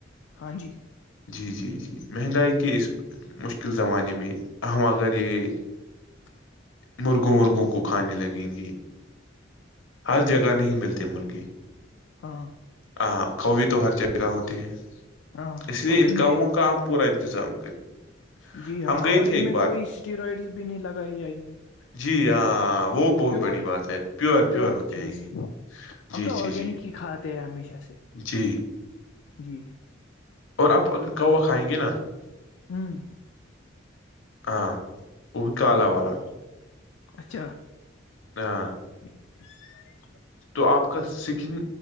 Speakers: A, on the left; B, on the left.
A: ہاں جی
B: جی جی جی مہنگائی کی کہ اس مشکل زمانے میں اہم اگر <unintelligible>
A: <inaudible>
B: مرگو مرگو کو کھانے لگیں گے ہر جگہ نہیں ملتے مرغے
A: ہاں
B: ہاں کوو تو ہر جگہ ہوتے ہیں
A: ہاں
B: اس لیے
A: اور
B: ان کاؤوں
A: میں
B: کا ہم پورا انتظام کریں
A: جی ہاں
B: ہم گئے
A: اور
B: تھے
A: ان
B: ایک
A: میں
B: بار
A: کوئی اسٹیرائڈس بھی نہیں لگائے جائیں گے
B: جی ہاں ہاں وہ بہت
A: پیور
B: بڑی بات ہے
A: پیور
B: ہوتے
A: چیز
B: ہیں یہ
A: ہم
B: جی
A: تو
B: جی
A: آرگینک
B: جی
A: ہی کھاتے ہیں ہمیشہ سے
B: جی
A: جی
B: اور آپ اگر کوا کھائیں گے نا
A: ہوں
B: ہاں وہ بھی کالا والا
A: اچھا
B: ہاں
A: <unintelligible>
B: تو آپ کا سکن